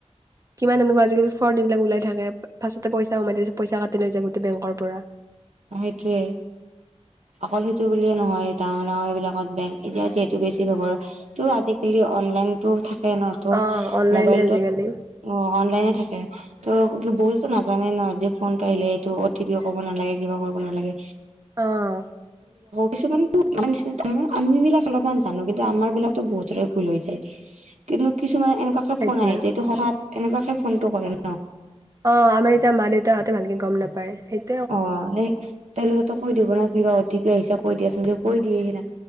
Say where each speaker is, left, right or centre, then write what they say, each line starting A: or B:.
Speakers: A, on the right; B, on the right.
A: কিমান এনেকুৱা আজিকালি। ফৰ্দ এইবিলাক ওলাই থাকে ফাছতে পইচা কমাই তাৰ পছত পইচা কাটি লৈ যায় গোটেই বেংকৰ পৰা
B: সেইটোৱে অকল সেইটো বুলিয়ে নহয়। ডাৰ ডাঙৰ এই বিলাকত বেংক এতিয়া যিহেতু বেছিভাগৰ ত' আজিকালি অনলাইনতো থাক। স নহতো
A: অ অনলাইনে
B: মোবাইলটোত
A: আজিকালি
B: অ। অনলাইনে থাকে ত' কি বহুতো নাজানে ন, যে ফোনটো আহিলে এইটো অটি পিও ক'ব নালাগে। কিব কৰিব নালাগে।
A: আহ।
B: কিছুমানে আম আম বিলাক অলপমান জানো কিন্তু আমাৰ বিলাকতো বহুতৰে ভুল হৈ যায়। কিন্তু কিছুমানে এনেকুৱাকে
A: সেইটোৱে
B: ফোন আহে যটো সহা এনেকুৱাকে ফোনটো কৰে ন।
A: অ আমাৰ এতিয়া মা দেউতাহঁতে ভালকে গম নাপায় সেই।
B: অ' সেই তেওঁলোকেতো কৈ দিব ন কিবা অটি পি আহিছে কৈ দিয়াচোন কৈ দিয়ে সেনে।